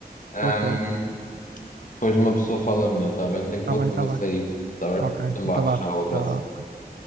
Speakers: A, on the left (about 50°); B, on the right (about 70°).
A: Ahm,
B: Ok.
A: depois uma pessoa fala melhor, está bem? Tenho
B: Está
A: que, vou,
B: bem,
A: vou
B: está bem.
A: sair, está
B: Ok.
A: bem? Então vá,
B: Então
A: tchau,
B: vá.
A: abraço.
B: Tchau.